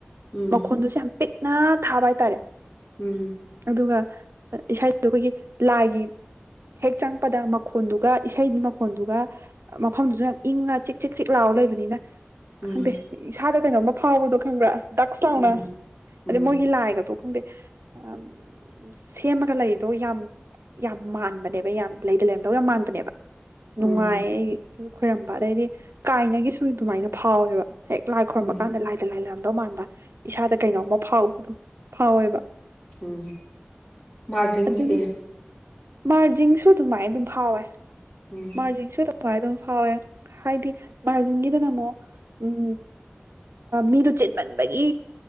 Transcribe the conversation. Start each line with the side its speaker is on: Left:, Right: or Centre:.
Left: ꯎꯝ
Right: ꯃꯈꯣꯟꯗꯨꯁꯨ ꯌꯥꯝ ꯄꯤꯛꯅ ꯊꯥꯕ ꯍꯥꯏꯇꯥꯔꯦ
Left: ꯎꯝ
Right: ꯑꯗꯨꯒ ꯏꯁꯩꯗꯨ ꯑꯩꯈꯣꯏꯒꯤ ꯂꯥꯏꯒꯤ ꯍꯦꯛ ꯆꯪꯛꯄꯗ ꯃꯈꯣꯟꯗꯨꯒ ꯏꯁꯩ ꯃꯈꯣꯟꯗꯨꯒ ꯃꯐꯝꯗꯨꯁꯨ ꯌꯥꯝ ꯏꯪꯉ ꯆꯤꯛ ꯆꯤꯛ ꯆꯤꯛ ꯂꯥꯎꯔ ꯂꯩꯕꯅꯤꯅ
Left: ꯎꯝ
Right: ꯈꯪꯗꯦ ꯏꯁꯥꯗ ꯀꯩꯅꯣꯝꯃ ꯐꯥꯎꯕꯗꯣ ꯈꯪꯕ꯭ꯔꯥ ꯗꯛꯁ ꯂꯥꯎꯅ
Left: ꯎꯝ
Right: ꯑꯗꯩ
Left: ꯎꯝ
Right: ꯃꯣꯏꯒꯤ ꯂꯥꯏꯒꯗꯣ ꯈꯪꯗꯦ ꯑꯥꯝ ꯁꯦꯝꯃꯒ ꯂꯩꯗꯣ ꯌꯥꯝ ꯌꯥꯝ ꯃꯥꯟꯕꯅꯦꯕ ꯌꯥꯝ ꯂꯩꯗ ꯂꯩꯔꯝꯗꯧ ꯌꯥꯝ ꯃꯥꯟꯕꯅꯦꯕ
Left: ꯎꯝ
Right: ꯅꯨꯡꯉꯥꯏ ꯈꯣꯏꯔꯝꯕ ꯑꯗꯩꯗꯤ ꯀꯥꯏꯅꯒꯤꯁꯨ ꯑꯗꯨꯃꯥꯏꯅ ꯐꯥꯎꯋꯦꯕ ꯍꯦꯛ ꯂꯥꯏ ꯈꯔꯣꯝꯕ
Left: ꯎꯝ
Right: ꯀꯥꯟꯗ ꯂꯥꯏꯗ ꯂꯥꯏ ꯈꯝꯗꯧ ꯃꯥꯟꯕ ꯏꯁꯥꯗ ꯀꯩꯅꯣꯝꯃ ꯐꯥꯎꯕꯗꯣ ꯐꯥꯎꯋꯦꯕ
Left: ꯎꯝ ꯃꯥꯔꯖꯤꯡꯒꯤꯗ
Right: ꯑꯗꯨꯅꯤ ꯃꯥꯔꯖꯤꯡꯁꯨ ꯑꯗꯨꯃꯥꯏꯅ ꯑꯗꯨꯝ ꯐꯥꯎꯋꯦ
Left: ꯎꯝ
Right: ꯃꯥꯔꯖꯤꯡ ꯁꯨ ꯈꯏ ꯑꯗꯨꯝ ꯐꯥꯎꯋꯦ ꯍꯥꯏꯗꯤ ꯃꯥꯔꯖꯤꯟꯒꯤꯗꯅ ꯑꯃꯨꯛ ꯎꯝ ꯃꯤꯗꯨꯣ ꯆꯤꯟꯃꯟꯕꯒꯤ